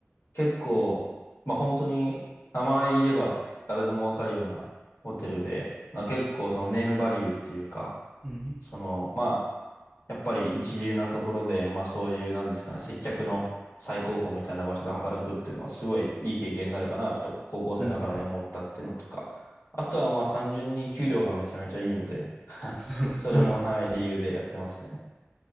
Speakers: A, on the left; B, in the centre.
A: 結構、まあ本当に名前言えば誰でもわかるようなホテルで、まあ結構そのネームバリューっていうか、
B: うん。
A: その、まやっぱり一流なところで、まあそういう、なんですかね、接客の最高峰みたいな場所で働くっていうのはすごいいい経験になるかなと、高校生ながらに思ったっていうのとか、
B: うん。
A: あとはまあ単純に給料がめちゃめちゃいいので、
B: そう、
A: それも、
B: <laughs> そうなんです。
A: はい、理由でやってますね。